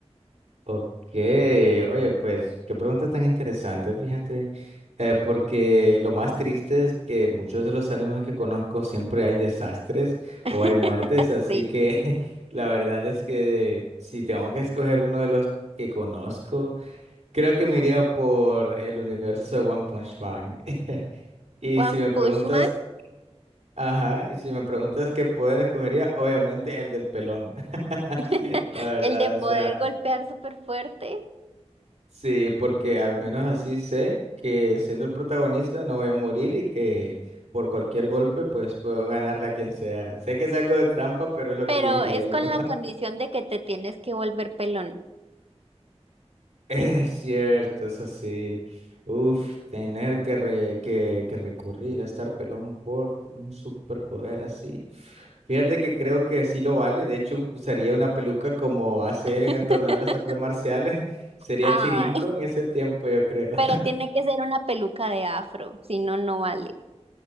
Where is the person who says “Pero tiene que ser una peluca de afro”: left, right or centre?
Right